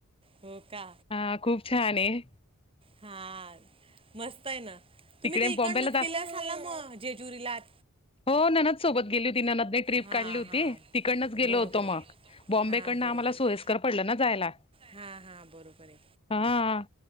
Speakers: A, on the right (about 25°); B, on the left (about 25°).
A: हो का
B: हा खूप छान आहे
A: हा मस्त आहे ना
B: तिकडे
A: तुम्ही तर इकडनच
B: बॉम्बेला जास्त
A: केल्या झाला मग जय जुरीलात
B: हो ना ना सोबत गेली होती ना ननंद तीन ट्रीप
A: हा
B: काढली होती,
A: हा
B: तिकडंच गेलो
A: बरोबर
B: होतो,
A: आहे
B: मग बॉम्बे
A: हा
B: कडन
A: बरोबर
B: आम्हाला सोयी कर पडलं ना जायला.
A: हा हा बरोबर आहे
B: हा